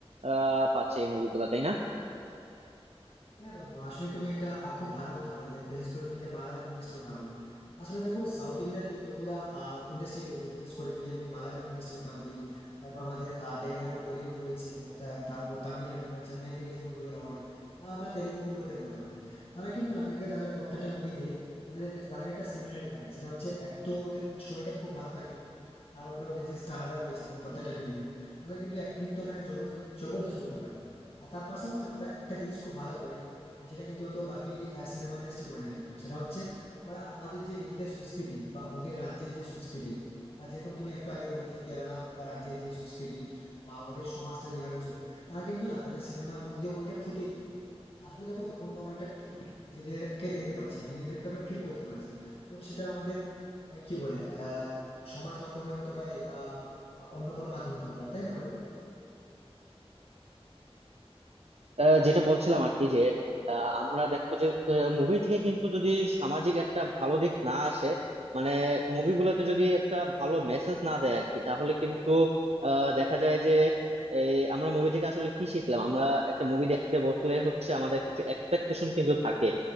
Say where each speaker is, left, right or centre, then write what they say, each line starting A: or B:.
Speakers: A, on the right (about 80°); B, on the left (about 60°).
A: আহ পাচ্ছে এই মুভিগুলা তাই না
B: হ্যাঁ বন্ধু আসলে তুমি একটা আহ, খুব ভালো কথা বললে বিশেষ করে তুমি যে মালায়ালাম ইন্ডাস্ট্রির কথা বলে আসলে দেখো সাউথ ইন্ডিয়াতে যতগুলা ইন্ডাস্ট্রি রয়েছে বিশেষ করে যদি আমি মালায়ালাম ইন্ডাস্ট্রির কথা বলি তারপর আমাদের বেঙ্গালুরু কলিউড রয়েছে তা- তারপর তামিলনাড়ু বা চেন্নাই থেকে যে মুভিগুলো হয় বা আমরা তেলুগু মুভির কথাই বলতে পারি তারা কিন্তু না দেখবে তাদের প্রত্যেকটা মুভিতে তাদের তাদের একটা সিমিলারিটি থাকে সেটা হচ্ছে এক তো ওদের স্টোরিটা খুব ভালো থাকে তার উপরে ওদের যে স্টাররা রয়েছে প্রত্যেকটা ফিল্মে তাদের কিন্তু অ্যাক্টিং তো মানে জবরদস্ত জবরদস্ত বলতে পারি আর তার পাশাপাশি না ওরা একটা জিনিস খুব ভালো করে যেটা কিন্তু হয়তো বাকি সিনেমা ইন্ডাস্ট্রি করে না কিন্তু সেটা হচ্ছে ওরা আমাদের যে নিজেদের সংস্কৃতি বা ওদের রাজ্যের যে সংস্কৃতি আর যেরকম তুমি একটু আগে বলে যে কেরালার রাজ্যের যে সংস্কৃতি বা ওদের সমাজটা যেভাবে চলে তারা কিন্তু না তাদের সিনেমার মধ্যে ওইটা ফুটিয়ে তোলে আসলে দেখো যখন কোনো একটা নিজেদেরকে দেখতে পাচ্ছি মানে নিজেদেরকে আমরা ফিল করতে পারছি তো সেটা আমাদের ওই কি বলে আহ সমাজ মাধ্যমে হতে পারে বা অন্য কোনো মাধ্যমে হতে পারে তাই না বলো
A: আহ, যেটা বলছিলাম আর কি যে আহ, আমরা দেখো যে মুভি থেকে কিন্তু যদি সামাজিক একটা ভালো দিক না আসে মানে মুভিগুলোতে যদি একটা ভালো মেসেজ না দেয় আর কি তাহলে কিন্তু আহ, দেখা যায় যে এই আমরা মুভি থেকে আসলে কি শিখলাম আমরা একটা মুভি দেখতে বসলে হচ্ছে আমাদের কিছু এক্সপেকটেশন কিন্তু থাকে